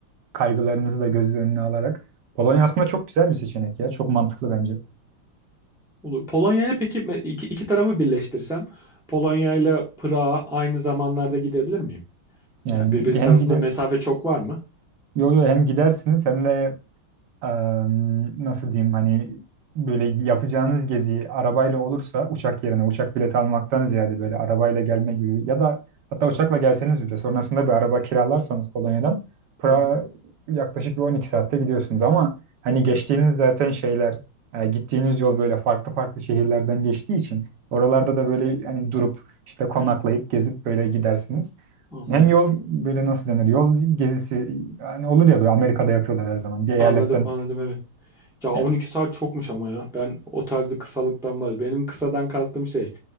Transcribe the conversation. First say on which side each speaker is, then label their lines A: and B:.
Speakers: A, on the right (about 65°); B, in the centre.
A: kaygılarınızı da göz önüne alarak Polonya aslında çok güzel bir seçenek ya. Çok mantıklı bence.
B: Olur. Polonya ile peki me- iki, iki tarafı birleştirsem Polonya ile Prag'a aynı zamanlarda gidebilir miyim?
A: Yani
B: Yani birbirisi
A: hem
B: arasında
A: gider
B: mesafe çok var mı?
A: yo yo hem gidersiniz hem de em, nasıl diyeyim hani böyle yapacağınız gezi arabayla olursa uçak yerine uçak bileti almaktan ziyade böyle arabayla gelme gibi ya da hatta uçakla gelseniz bile sonrasında bir araba kiralarsanız Polonya'dan Prag'a
B: Hı hı,
A: yaklaşık bir 12 saatte gidiyorsunuz ama hani geçtiğiniz zaten şeyler e, gittiğiniz yol böyle farklı farklı şehirlerden geçtiği için oralarda da böyle hani durup işte konaklayıp gezip böyle gidersiniz.
B: anladım.
A: Hem yol böyle nasıl denir? Yol gezisi yani olur ya böyle Amerika'da yapıyorlar her zaman. Bir eyaletten
B: Anladım, anladım evet. Ya 12
A: Evet.
B: saat çokmuş ama ya. Ben o tarz bir kısalıktan var. Benim kısadan kastım şey.